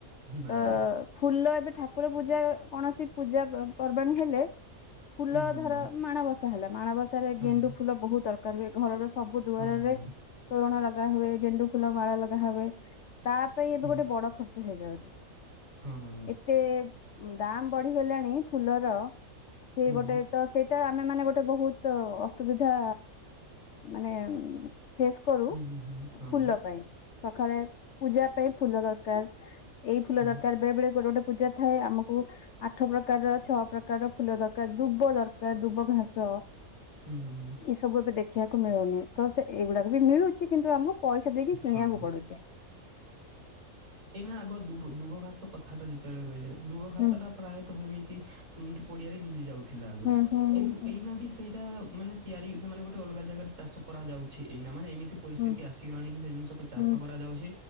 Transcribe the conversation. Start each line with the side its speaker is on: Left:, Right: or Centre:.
Right: ନା
Left: ତ
Right: ନା
Left: ଫୁଲ ଏବେ ଠାକୁର ପୂଜା ଅ କୌଣସି ପୂଜା ପର୍ବାଣୀ ହେଲେ। ଫୁଲ
Right: ହୁଁ ହୁଁ
Left: ଧର
Right: ହୁଁ
Left: ମାଣବସା ହେଲା, ମାଣବସାରେ
Right: ହଁ
Left: ଗେଣ୍ଡୁ
Right: ହଁ
Left: ଫୁଲ ବହୁତ ଦରକାର ହୁଏ। ଘରର ସବୁ ଦୁଆରରେ
Right: ହଁ ହଁ
Left: ତୋରଣ ଲଗା ହେବେ। ଗେଣ୍ଡୁ ଫୁଲ ମାଳା ଲଗା ହେବେ ତା ପାଇଁ ଏବେ
Right: ହୁଁ
Left: ଗୋଟେ ବଡ ଖର୍ଚ୍ଚ ହେଇଯାଉଛି।
Right: ହଁ ହଁ
Left: ଏତେ ଦାମ ବଢିଗଲାଣି ଫୁଲର, ସେ
Right: ହଁ
Left: ଗୋଟେ
Right: ହୁଁ ହୁଁ
Left: ତ ସେଇ ତ ଆମେ ମାନେ ଗୋଟେ ବହୁତ ଅସୁବିଧା ମାନେ ଫେସ୍ କରୁ
Right: ହୁଁ ହୁଁ ହୁଁ। ହଁ
Left: ଫୁଲ ପାଇଁ, ସକାଳେ ପୂଜା ପାଇଁ ଫୁଲ ଦରକାର, ଏଇ ଫୁଲ
Right: ହୁଁ
Left: ଦରକାର। ବେଳେ ବଳେ ଗୋଟେ ଗୋଟେ ପୂଜାଥାଏ ଆମକୁ ଆଠ ପ୍ରକାରର, ଛଅ ପ୍ରକାରର ଫୁଲ ଦରକାର, ଦୁବ ଦରକାର, ଦୁବ ଘାସ।
Right: ହୁଁ ହୁଁ ହୁଁ।
Left: ଏଇ ସବୁ ଏବେ ଦେଖିବାକୁ ମିଳୁନି, ତ ସେ ଏଇଗୁଡାକ ବି ମିଳୁଛି କିନ୍ତୁ ଆମକୁ ପଇସା ଦେଇକି କିଣିବାକୁ
Right: ହଁ
Left: ପଡୁଛି।
Right: ଏଇ ନା ଆଗ ଦୁ ଦୁବଘାସ କଥା ଟା ଯେତେବେଳେ କହିଲେ, ଦୁବଘାସ
Left: ହୁଁ
Right: ଟା ପ୍ରାୟତଃ ଏମିତି ତି ପଡିଆରେ ମିଲି ଯାଉଥିଲା ଆଗେ,
Left: ହୁଁ ହୁଁ
Right: କିନ୍ତୁ
Left: ହୁଁ
Right: ଏଇନା ବି ସେଇଟା ମାନେ ତିଆରି ସେ ମାନେ ଗୋଟେ ଅଲଗା ଜାଗାରେ ଚାଷ କରାଯାଉଛି। ଏଇନା ମାନେ ଏମିତି ପରିସ୍ଥିତି
Left: ହୁଁ
Right: ଆସ କି ସେ ଜିନିଷକୁ ଚାଷ
Left: ହୁଁ
Right: କରା ଯାଉଛି।